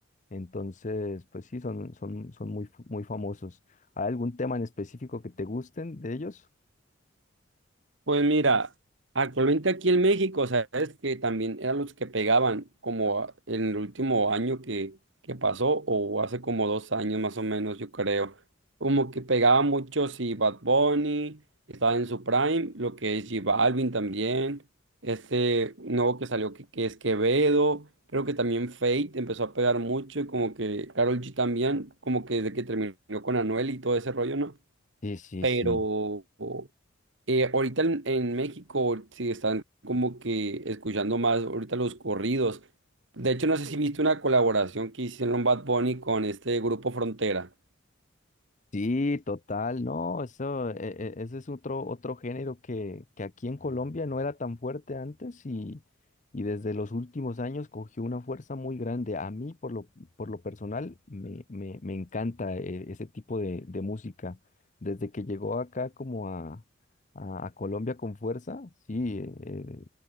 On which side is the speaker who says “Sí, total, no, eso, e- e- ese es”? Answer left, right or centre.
Left